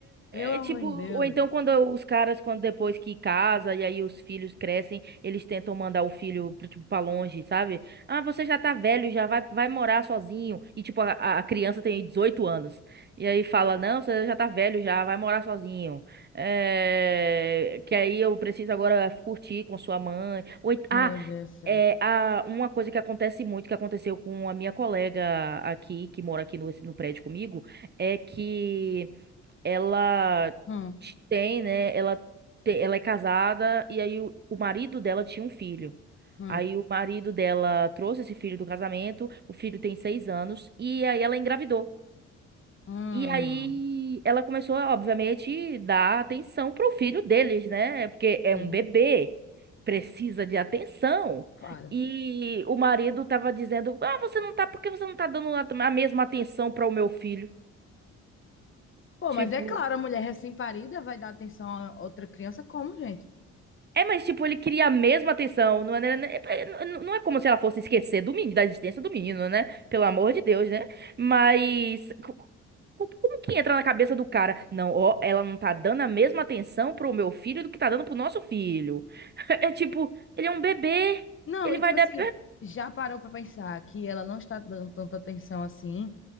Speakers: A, on the left; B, on the right.
A: pelo amor
B: é, é, tipo,
A: de Deus,
B: ou então
A: velho.
B: quando os caras, quando depois que casa e aí os filhos crescem, eles tentam mandar o filho pra, tipo, pra longe, sabe? Ah, você já tá velho, já vai, vai morar sozinho. E tipo, a, a criança tem 18 anos. E aí fala, não, você já tá velho, já vai morar sozinho. É, que aí eu preciso agora curtir com sua mãe. Ou, ent-
A: Meu
B: ah,
A: Deus do céu.
B: é, a, uma coisa que acontece muito, que aconteceu com a minha colega aqui, que mora aqui no, no prédio comigo, é que ela
A: Hum,
B: t- tem, né? Ela, te- ela é casada e aí o, o marido dela tinha um filho.
A: hum,
B: Aí o marido dela trouxe esse filho do casamento, o filho tem seis anos, e aí ela engravidou.
A: hum.
B: E aí ela começou, obviamente, dar atenção pro filho deles, né? Porque é
A: Sim,
B: um bebê, precisa de atenção.
A: claro.
B: E o marido tava dizendo: Ah, você não tá, por que você não tá dando a a mesma atenção para o meu filho?
A: Pô,
B: Tipo.
A: mas é claro, a mulher recém-parida vai dar atenção a outra criança como, gente?
B: É, mas tipo, ele queria a mesma atenção. Não é, né, né, é- é, não é como se ela fosse esquecer do menino, da existência do menino, né? Pelo amor de Deus, né? Mas co- co- como que entra na cabeça do cara? Não, ó, ela não tá dando a mesma atenção pro meu filho do que tá dando pro nosso filho. <laughs> É tipo, ele é um bebê.
A: Não,
B: Ele
A: e
B: vai
A: tipo
B: dar.
A: assim, já parou pra pensar que ela não está dando tanta atenção assim?